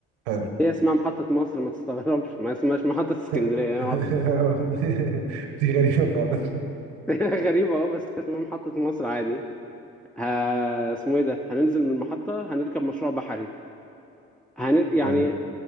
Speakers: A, on the right (about 90°); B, in the centre.
A: حلو
B: هي اسمها محطة مصر ما تستغربش ما اسمهاش محطة اسكندرية
A: <laughs>
B: يعني محطة مصر
A: دي غريبة فعلا
B: <laughs> غريبة اه بس اسمها محطة مصر عادي ها اسمه ايه ده هننزل من المحطة هنركب مشروع بحري هنر... يعني
A: ايوه